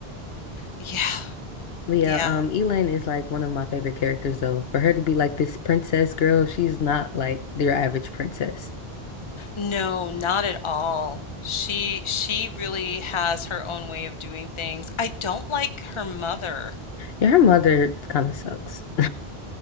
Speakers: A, on the left; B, on the left.
A: Yeah,
B: But yeah,
A: yeah.
B: um, Elaine is like one of my favorite characters though. For her to be like this princess girl, she's not like your average princess.
A: No, not at all. She she really has her own way of doing things. I don't like her mother.
B: Yeah, her mother kind of sucks. <laughs>